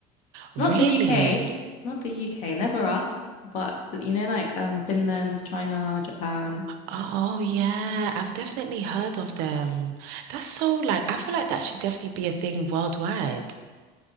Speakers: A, on the right (about 65°); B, on the left (about 45°).
A: really?
B: Not the UK, not the UK, never us, but you know, like um Finland, China, Japan.
A: Oh, yeah. I've definitely heard of them. That's so, like, I feel like that should definitely be a thing worldwide.